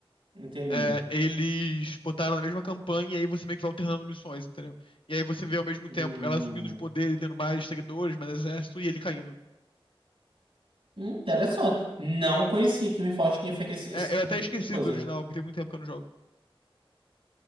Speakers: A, on the right; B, on the left.
A: Entendi.
B: É, eles botaram na mesma campanha e aí você meio que vai alternando missões, entendeu? E aí você vê ao mesmo
A: Hum,
B: tempo ela subindo de poder e tendo mais seguidores, mais exército e ele caindo.
A: interessante. Não conhecia que o Reforged tinha feito esse, esse
B: É,
A: tipo
B: eu até esqueci
A: de coisa.
B: do original, porque tem muito tempo que eu não jogo.